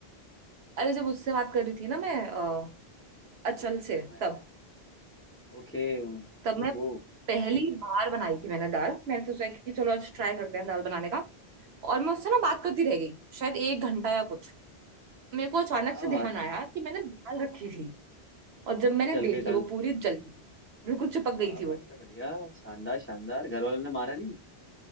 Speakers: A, on the right (about 75°); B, on the left (about 20°).
A: अरे जब उससे बात कर रही थी ना मैं अ, अचल से
B: मैं
A: तब
B: ओके
A: तब मैं
B: ओहो
A: पहली बार बनाई थी मैंने दाल मैंने सोचा कि चलो आज ट्राई करते हैं दाल बनाने का और मैं उससे ना बात करती रह गई शायद एक घंटा या कुछ मेरे को अचानक
B: क्या
A: से ध्यान
B: बात है
A: आया कि मैंने दाल रखी थी और जब मैंने
B: और जल
A: देखी
B: गई दाल
A: वो पूरी जल गई थी बिल्कुल चिपक
B: हाँ
A: गई
B: हाँ,
A: थी वो
B: बढ़िया बढ़िया शानदार शानदार घर वालों ने मारा नहीं